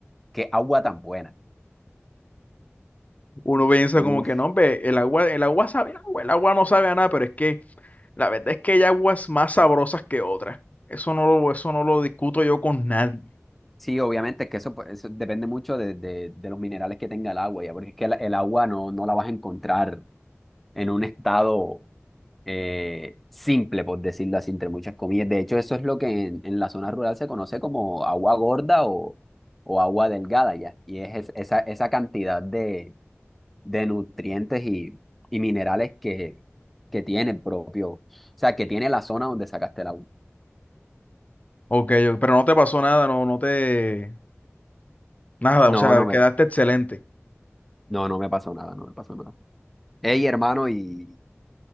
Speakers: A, in the centre; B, on the left.
A: Qué agua tan buena.
B: Uno piensa como
A: Uf.
B: que no, hombre, el agua, el agua sabe a agua, el agua no sabe a nada, pero es que la verdad es que hay aguas más sabrosas que otras. Eso no lo, eso no lo discuto yo con nadie.
A: Sí, obviamente es que eso, pues, eso depende mucho de, de- de los minerales que tenga el agua, ya, porque es que el, el agua no, no la vas a encontrar en un estado eh, simple, por decirlo así, entre muchas comillas. De hecho, eso es lo que en, en la zona rural se conoce como agua gorda o, o agua delgada ya. Y es, es- esa, esa cantidad de, de nutrientes y, y minerales que, que tiene el propio, o sea, que tiene la zona donde sacaste el agua.
B: Ok, yo- pero no te pasó nada, no, no te, nada,
A: No,
B: o sea,
A: no
B: quedaste
A: me,
B: excelente.
A: no, no me pasó nada, no me pasó nada. Hey, hermano, y